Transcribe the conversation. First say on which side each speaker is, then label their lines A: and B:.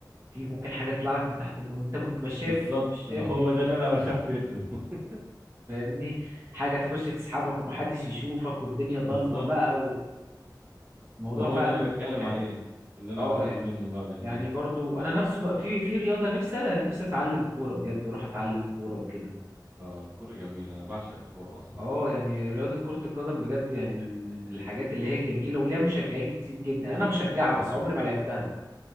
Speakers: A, on the right; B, on the right.
A: في ممكن حاجة تطلع لك من تحت المية انت ما تبقاش شايف
B: بالظبط
A: مش شايف
B: ما هو
A: دنيتك
B: ده اللي انا بخاف منه <laughs>
A: فاهمني حاجة تخش تسحبك ومحدش يشوفك والدنيا ضلمة
B: بالظبط
A: بقى والموضوع
B: ما هو
A: فعلا
B: ده اللي
A: بيبقى
B: بتكلم
A: متعب
B: عليه اللي انا
A: اه
B: بخاف
A: يعني
B: منه بقى بالليل
A: يعني برضو انا نفسه بقى في في رياضة نفسي نفسي اتعلم كورة بجد واروح اتعلم كورة وكده
B: اه الكوره جميله انا بعشق الكوره اصلا
A: اه يعني رياضة كرة القدم بجد يعني من من الحاجات اللي هي الجميلة وليها مشجعين كتير جدا انا بشجعها
B: اه
A: بس عمري ما لعبتها